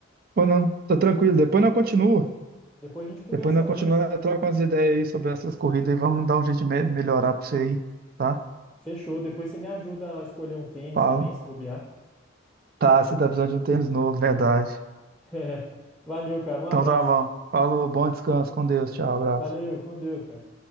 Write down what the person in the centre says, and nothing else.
Depois a gente conversa
mais.
Fechou. Depois você me ajuda a escolher um tênis
também, se bobear.
<laughs> Valeu, cara. Um abraço.
Valeu, com Deus, cara.